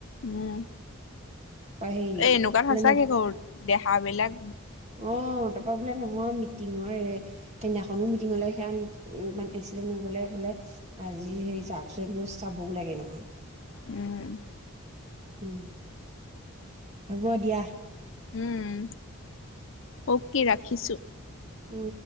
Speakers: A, on the left; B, on the right.
A: উম
B: সেই
A: এ এনেকুৱাত
B: বোলে
A: সচাকে
B: ন
A: ক দেহা বিলাক
B: অ তাৰপা বোলে নমৰ মিটিঙৰ ৰেক টেঙা। আমি মিটিং হলে সেয়া হেনো ইমান পেচিডেন নগলে বোলে আজি সেই চাওক চোনবোৰ চাবও লাগে নহয়
A: উম
B: উম হ'ব দিয়া
A: উম অকে ৰাখি খিছো
B: উম